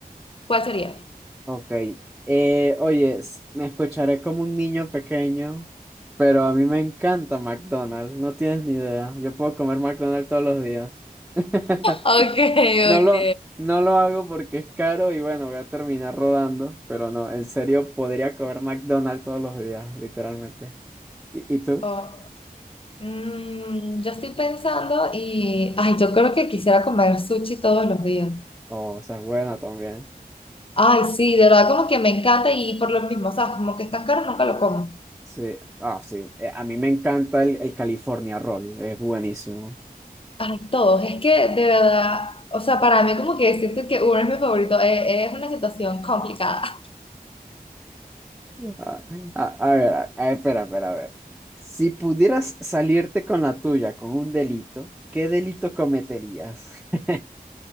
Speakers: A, on the left; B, in the centre.
A: ¿Cuál sería?
B: Ok. Eh, oye, s- me escucharé como un niño pequeño, pero a mí me encanta McDonald's. No tienes ni idea. Yo puedo comer McDonald's todos los días. <laughs>
A: Ok,
B: No
A: ok.
B: lo, no lo hago porque es caro y bueno, voy a terminar rodando, pero no, en serio, podría comer McDonald's todos los días, literalmente. ¿Y, y tú?
A: O- Mm, yo estoy pensando y, ay, yo creo que quisiera comer sushi todos los días.
B: Oh, o sea, es buena también.
A: Ay, sí, de verdad como que me encanta y por lo mismo, o sea, como que es tan caro, nunca lo como.
B: Sí, ah, sí. Eh, a mí me encanta el, el California Roll, es buenísimo.
A: Ay, todos, es que de verdad, o sea, para mí como que siento que uno es mi favorito, eh, es una situación complicada.
B: Ah, ah, a ver, a- a- espera, espera, a ver. Si pudieras salirte con la tuya con un delito, ¿qué delito cometerías? <laughs>